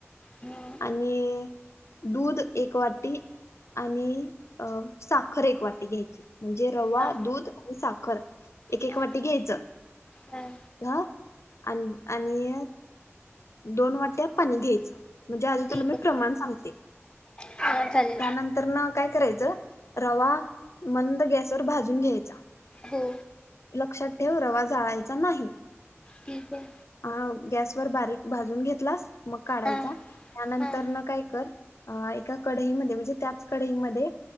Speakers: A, on the left; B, on the left.
A: हां
B: आणि दूध एक वाटी आणि आणि साखर एक वाटी घ्यायची. म्हणजे रवा
A: हां
B: दूध आणि साखर. एक एक
A: हां
B: वाटी घ्यायचं.
A: हां
B: हा आणि आणि दोन वाट्या पाणी घ्यायचं. म्हणजे आधी
A: ठीक
B: तुला मी
A: आहे
B: प्रमाण सांगते.
A: हां चालेल
B: त्यानंतर न काय करायचं रवा मंद गॅसवर भाजून घ्यायचा
A: हो
B: लक्षात रवा जाळायचा नाही.
A: ठीक आहे
B: हा गॅसवर बारीक भाजून घेतलास मग काढायचा
A: हां
B: त्यानंतर
A: हां
B: न काय कर अ एका कढईमध्ये म्हणजे त्याच कडईमध्ये